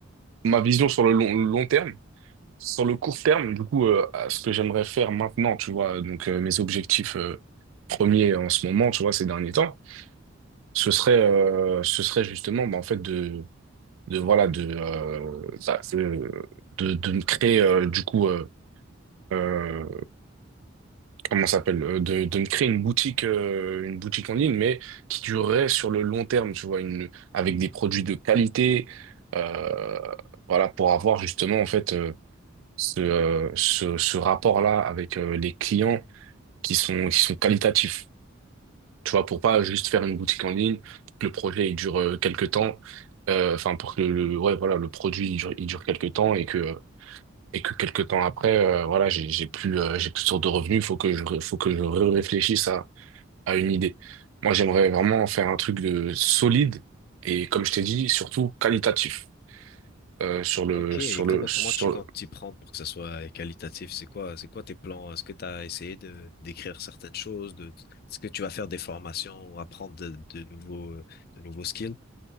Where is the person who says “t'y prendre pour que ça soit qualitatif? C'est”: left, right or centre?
Left